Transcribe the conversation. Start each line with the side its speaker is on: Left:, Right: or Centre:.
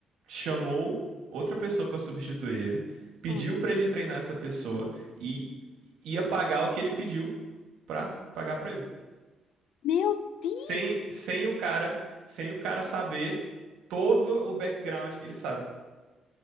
Right: Chamou outra pessoa pra substituir ele, pediu
Left: Hum.
Right: pra ele treinar essa pessoa e ia pagar o que ele pediu pra pagar pra ele.
Left: Meu Deus!
Right: Sem, sem o cara, sem o cara saber todo o background que ele sabe.